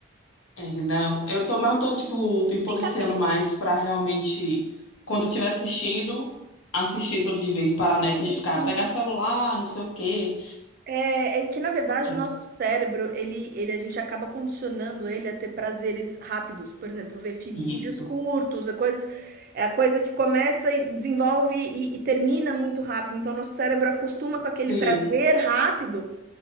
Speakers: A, on the left; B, on the right.
A: É, não. Eu tô, mas eu tô, tipo, me policiando
B: Vem cá, filha.
A: mais pra realmente, quando eu estiver assistindo, assistir tudo de vez, parar
B: Sabe
A: nessa de ficar,
B: que
A: pegar celular, não sei o quê.
B: é é que na verdade
A: Entendeu?
B: o nosso cérebro, ele ele a gente acaba condicionando ele a ter prazeres rápidos, por exemplo, ver fi vídeos
A: Isso.
B: curtos, é coisas é a coisa que começa e desenvolve e e termina muito rápido, então nosso cérebro acostuma com aquele
A: Sim.
B: prazer rápido